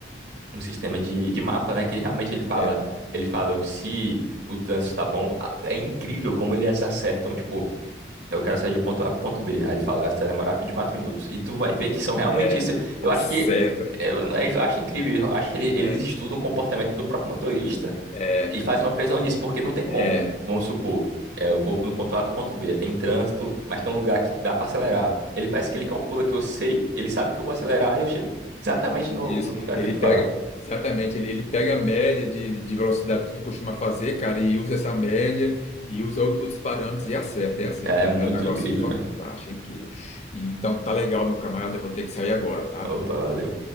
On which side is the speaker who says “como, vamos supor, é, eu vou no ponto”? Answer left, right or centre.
Right